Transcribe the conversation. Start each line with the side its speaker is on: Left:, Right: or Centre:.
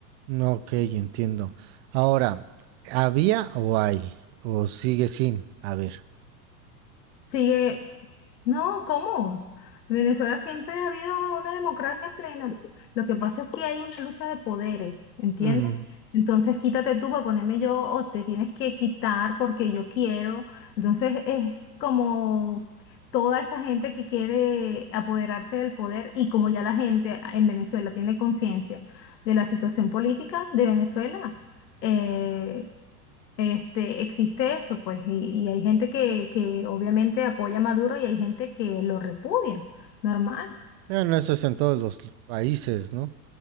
Right: No, Ok, entiendo. Ahora, ¿había o hay? ¿O sigue sin haber?
Left: Sigue, No, ¿cómo? En Venezuela siempre ha habido una democracia plena. Lo que pasa es que hay una lucha de poderes, ¿entiendes?
Right: Ujú.
Left: Entonces quítate tú para ponerme yo o te tienes que quitar porque yo quiero. Entonces es como toda esa gente que quiere apoderarse del poder y como ya la gente en Venezuela tiene conciencia de la situación política de Venezuela. eh, este, existe eso, pues, y, y hay gente que, que obviamente apoya a Maduro y hay gente que lo repudia. Normal.
Right: Bueno, eso es en todos los países, ¿no?